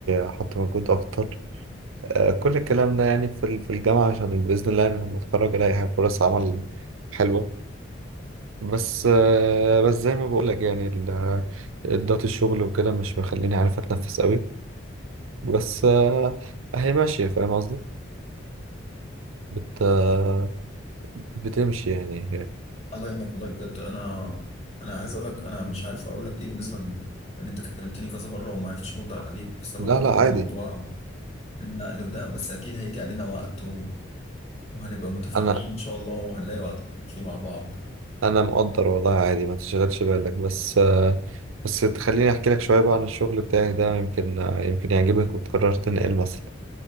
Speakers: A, on the right; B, on the left.
A: احط مجهود اكتر آه كل الكلام ده يعني في ال- في الجامعة عشان بإذن الله يعني لما اتخرج الاقي فرص عمل حلوة بس آه، بس زي ما بقول لك يعني ال- الضغط الشغل وكده مش مخليني عارف اتنفس قوي بس آه، اهي ماشيه فاهم قصدي بت آه، بتمشي يعني
B: الله يعينك والله بجد انا انا عايز اقول لك انا مش عارف اقول لك ايه بالنسبه ل- ان انت كلمتني كذا مره وما عرفتش ارد عليك بسبب
A: لا
B: برضه
A: لا عادي
B: الموضوع النقل وده بس اكيد هيجي علينا وقت وهنبقى متفرغين
A: انا
B: إن شاء الله وهنلاقي وقت فيه مع بعض
A: انا مقدر والله عادي ما تشغلش بالك بس آه، بس تخليني احكي لك شويه بقى عن الشغل بتاعي ده يمكن آه، يمكن يعجبك وتقرر تنقل مثلا